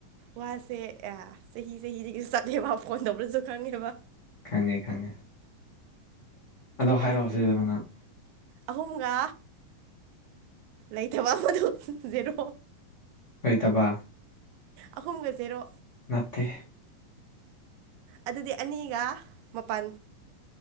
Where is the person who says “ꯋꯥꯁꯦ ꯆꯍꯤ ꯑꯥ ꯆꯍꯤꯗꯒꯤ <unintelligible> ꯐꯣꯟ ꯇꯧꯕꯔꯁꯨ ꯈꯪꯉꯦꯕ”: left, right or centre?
Right